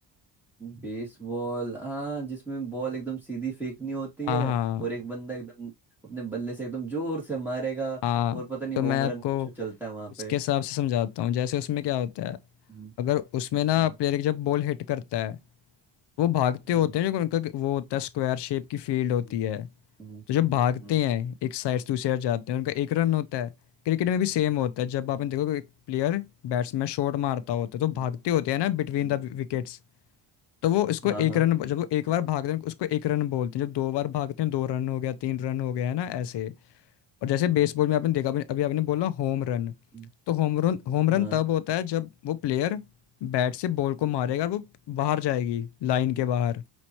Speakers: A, in the centre; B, on the left (about 65°).
A: बेसबॉल हाँ जिसमें बॉल एकदम सीधी फेंकनी होती
B: हाँ
A: है
B: हाँ
A: और एक बंदा एकदम अपने बल्ले से एकदम जोर से मारेगा
B: हाँ
A: और पता नहीं
B: तो
A: होम
B: मैं आपको
A: रन कुछ चलता है वहां
B: उसके
A: पे
B: हिसाब से समझाता हूँ जैसे उसमें क्या होता है
A: हम्म,
B: अगर उसमें ना
A: हम्म,
B: प्लेयर जब बॉल हिट करता है वो भागते
A: हम्म,
B: होते हैं जो उनका वो होता है स्क्वायर शेप की फील्ड होती
A: हम्म,
B: है
A: हम्म,
B: तो जब भागते
A: हम्म,
B: हैं एक साइड से दूसरी साइड जाते हैं उनका एक रन होता है क्रिकेट में भी सेम होता है जब आपने देखो कि एक प्लेयर बैट्समैन शॉट मारता होता है तो
A: हम्म,
B: भागते होते हैं ना बिटवीन
A: हम्म,
B: द विकेट्स तो वो उसको
A: हाँ
B: एक
A: हाँ
B: रन जब वो एक बार भागते हैं उसको एक रन बोलते हैं जब दो बार भागते हैं दो रन हो गया तीन रन हो गया है ना ऐसे और जैसे
A: हम्म,
B: बेसबॉल में आपने देखा अभी अभी आपने बोला होम रन
A: हम्म,
B: तो होम रन होम
A: हाँ
B: रन तब होता है जब वो प्लेयर बैट से बॉल को मारेगा और वो बाहर जाएगी
A: हम्म,
B: लाइन के बाहर